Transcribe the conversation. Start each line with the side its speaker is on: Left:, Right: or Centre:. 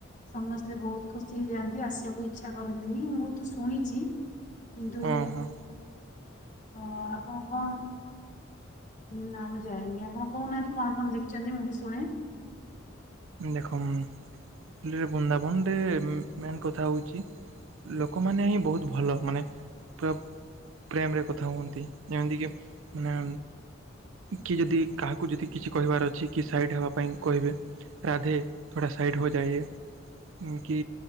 Left: ସମସ୍ତେ ବହୁତ ଖୁସି ହେଇଯାଆନ୍ତି ଆସିବାକୁ ଇଚ୍ଛା କରନ୍ତିନି ମୁଁ ତୁ ଶୁଣିଛି କିନ୍ତୁ
Right: ହଁ ହଁ
Left: ଅ ଆପଣ କଣ ହୁଁ ନା ମୁଁ ଯାଇନି ଆପଣ କହୁନାହାନ୍ତି କଣ କଣ ଦେଖିଛନ୍ତି ମୁଁ ଟିକେ ଶୁଣେ?
Right: ଦେଖମ ବୃନ୍ଦାବନରେ ମେନ୍ କଥା ହଉଛି ଲୋକମାନେ ହିଁ ବହୁତ ଭଲ ମାନେ ପୁରା ପ୍ରେମରେ କଥା ହୁଅନ୍ତି ଯେମିତିକି ମାନେ କି ଯଦି କାହାକୁ ଯଦି କିଛି କହିବାର ଅଛି କି ସାଇଟ୍ ହେବା ପାଇଁ କହିବେ ରାଧେ ଥୋଡ଼ା ସାଇଟ ହୋ ଯାଇଏ। କି